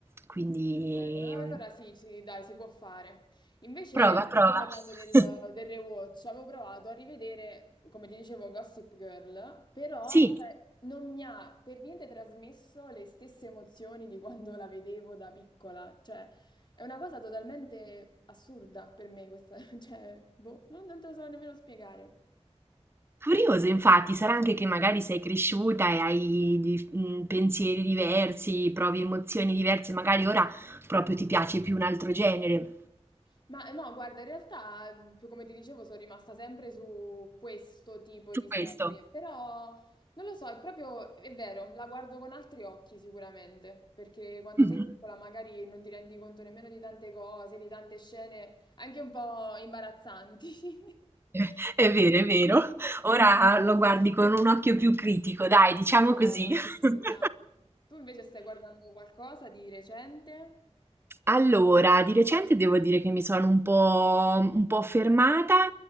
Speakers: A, on the right; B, on the left.
A: Quindi
B: Ok, Allora
A: mm,
B: sì, sì, dai, si può fare. Invece,
A: prova, prova.
B: parlando del,
A: <laughs>
B: del rewatch, avevo provato a rivedere, come ti dicevo, Gossip Girl, però
A: Sì,
B: cioè, non mi ha per niente trasmesso le stesse emozioni di quando la vedevo da piccola. Cioè, è una cosa totalmente assurda per me questa, <laughs> cioè, boh, non, non te lo so nemmeno spiegare.
A: curioso infatti, sarà anche che magari sei cresciuta e hai di- mm, pensieri diversi, provi emozioni diverse, magari ora proprio ti piace più un altro genere.
B: Ma eh, no, guarda, in realtà, mh, come ti dicevo, sono rimasta sempre su questo tipo
A: Su
B: di
A: questo.
B: serie, però non lo so, è proprio, è vero, la guardo con altri occhi sicuramente, perché quando
A: Mm.
B: sei piccola magari non ti rendi conto nemmeno di tante cose, di tante scene anche un po' imbarazzanti. <laughs>
A: <laughs> È vero, è vero.
B: Quindi,
A: Ora lo guardi con un occhio più critico, dai, diciamo
B: Brava,
A: così. <laughs>
B: esatto. Tu invece stai guardando qualcosa di recente?
A: Allora, di recente devo dire che mi sono un po', un po' fermata